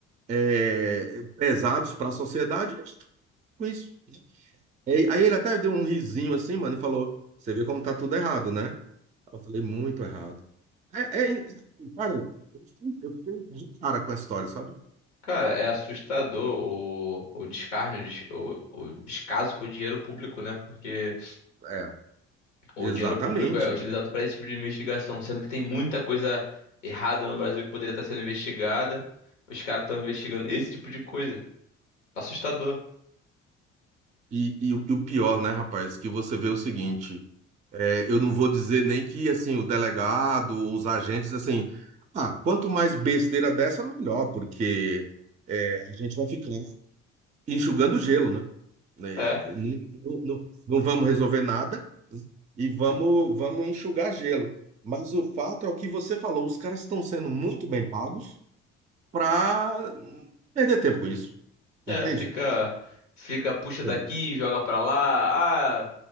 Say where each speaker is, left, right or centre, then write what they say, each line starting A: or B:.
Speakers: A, on the right; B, on the left.
A: é, pesados para a sociedade, e com isso. E- Aí ele até deu um risinho assim, mano, e falou: Você vê como tá tudo errado, né? Eu falei: Muito errado. É, é, cara, eu fiquei eu fiquei de cara com a história, sabe?
B: Cara, é assustador o, o descarne, o, des- o- o descaso com o dinheiro público, né? Porque
A: É,
B: o
A: exatamente.
B: dinheiro público é utilizado para esse tipo de investigação, sendo que tem muita coisa errada no Brasil que poderia estar sendo investigada. Os caras estão investigando esse tipo de coisa. Assustador.
A: E, e o e o pior, né, rapaz, que você vê o seguinte. É, eu não vou dizer nem que assim o delegado os agentes assim, ah, quanto mais besteira dessa, melhor, porque é, a gente vai ficar enxugando gelo, né? É,
B: É.
A: n- n- n- não, vamos resolver nada e vamos, vamos enxugar gelo. Mas o fato é o que você falou, os caras estão sendo muito bem pagos para perder tempo com isso,
B: É,
A: entende?
B: fica, fica, puxa daqui,
A: É.
B: joga pra lá. Ah,